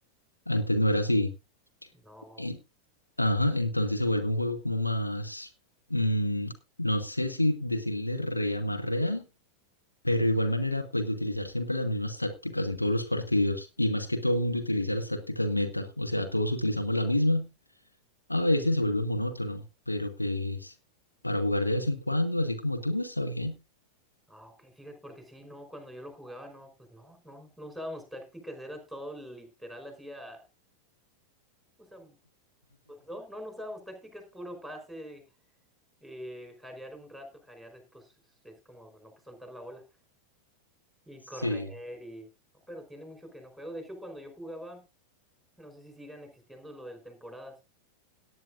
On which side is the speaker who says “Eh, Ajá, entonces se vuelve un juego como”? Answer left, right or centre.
Left